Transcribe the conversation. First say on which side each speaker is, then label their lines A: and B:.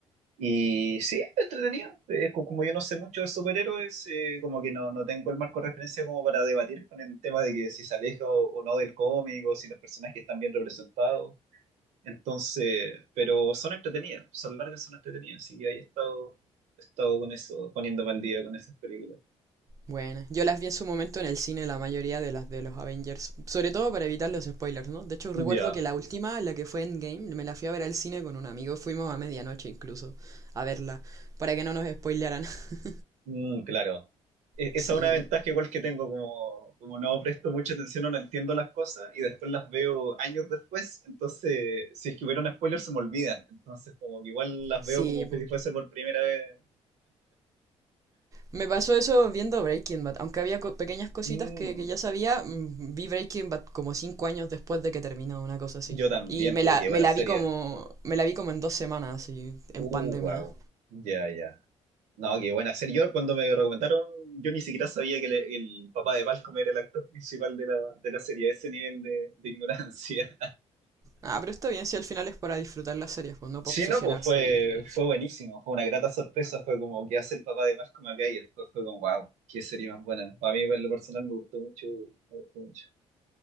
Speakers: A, on the right; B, on the right.
A: Y sí, entretenido. Es co- como yo no sé mucho de superhéroes, eh, como que no, no tengo el marco de referencia como para debatir con el tema de que si se aleja o, o no del cómic, o si los personajes están bien representados. Entonces, pero son entretenidas, son largas, son entretenidas. Así que ahí he estado, he estado con eso, poniéndome al día con esas películas.
B: Buena. Yo las vi en su momento en el cine, la mayoría de las de los Avengers. Sobre todo para evitar los spoilers, ¿no? De hecho,
A: Ya.
B: recuerdo que la última, la que fue Endgame, me la fui a ver al cine con un amigo. Fuimos a medianoche incluso a verla, para que no nos spoilearan. <laughs>
A: Mm, claro. E-
B: Sí,
A: Esa es una ventaja igual que tengo, como, como no presto mucha atención o no entiendo las cosas y después las veo años después, entonces si es que hubiera un spoiler se me olvidan, entonces como que igual las
B: sí,
A: veo como
B: po.
A: si fuese por primera vez.
B: Me pasó eso viendo Breaking Bad, aunque había co- pequeñas cositas
A: Mm,
B: que, que ya sabía, mm, vi Breaking Bad como cinco años después de que terminó, una cosa así.
A: yo también,
B: Y me
A: como
B: la,
A: que buena
B: me la
A: serie.
B: vi como, me la vi como en dos semanas, así, en
A: Uh,
B: pandemia.
A: wow. Ya, ya. No, qué buena serie. Yo cuando me recomendaron, yo ni siquiera sabía que le- el papá de Malcolm era el actor principal de la, de la serie, a ese nivel de, de ignorancia.
B: Ah, pero está bien, si al final es para disfrutar las series, pues no para
A: Sí,
B: obsesionarse
A: no, pues fue,
B: y... eso.
A: fue buenísimo, fue una grata sorpresa, fue como que hace el papá de Malcolm acá y después fue como, wow, qué serie más buena. A mí en lo personal me gustó mucho, me gustó mucho.